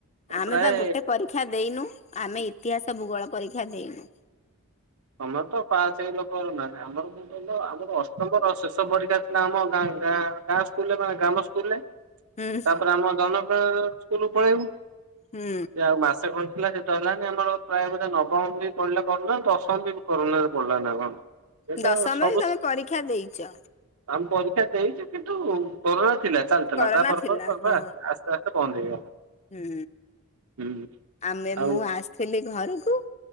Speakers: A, on the left; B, on the right.
A: ଆମେ
B: ପ୍ରାୟ
A: ବା ଗୋଟେ ପରୀକ୍ଷା ଦେଇନୁ ଆମେ ଇତିହାସ ଭୂଗୋଳ ପରୀକ୍ଷା ଦେଇନୁ।
B: ତମର ତ ପାସ ହେଲ କୋରନରେ ଆମର କଣ କହିଲ ଆମର ଅଷ୍ଟମର ଶେଷ ପରୀକ୍ଷା ଥିଲା ଆମାଁ ଗାଁ ଗାଁ ସ୍କୁଲରେ ମାନେ ଗ୍ରାମ ସ୍କୁଲରେ
A: ହୁଁ
B: ତାପରେ ଆମ ଜନପଣ ସ୍କୁଲୁ କୁ ପଳେଇବୁ।
A: ହୁଁ।
B: ଯାହୁ ମାସେ ଖଣ୍ଡେ ଥିଲା ସେତ ହେଲାନି ଆମର ପ୍ରାୟ ବୋଧେ ନବମ ରୁ ନେଇ ପଳେଇଲେ ନାଁ କଣ ଦଶ ହଁ ଦିନି କରୋନାରେ ପଳେଇଲା ନାଁ କଣ? ସେ ତ
A: ଦଶମ
B: ସବୁ
A: ବି ତମେ ପରୀକ୍ଷା ଦେଇଛ।
B: ଆମେ ପରୀକ୍ଷା ଦେଇଛୁ କିନ୍ତୁ କରୋନା ଥିଲା ଚାଲିଥିଲା
A: କରୋନା
B: ତା ପରେ
A: ଥିଲା
B: ପରେ ପରେ
A: ହଁ
B: ପରେ ଆସିଲା ଆସିଲା। ଚାଷ ବନ୍ଦ ହେଇଗଲା।
A: ହୁଁ।
B: ହୁଁ
A: ଆମେ
B: ଆଉ
A: ମୁଁ ଆସିଥିଲି ଘରକୁ।